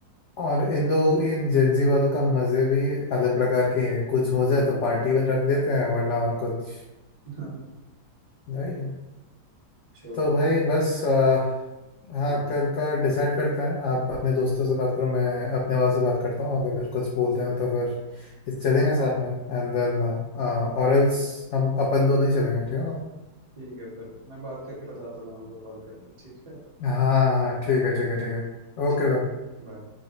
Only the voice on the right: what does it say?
हाँ
हाँ
<laughs>
छोड़ो
फिर
हाँ
ठीक है फिर मैं बात करके बताता हूँ आपको कॉल करके ठीक है
ठीक
है
बाय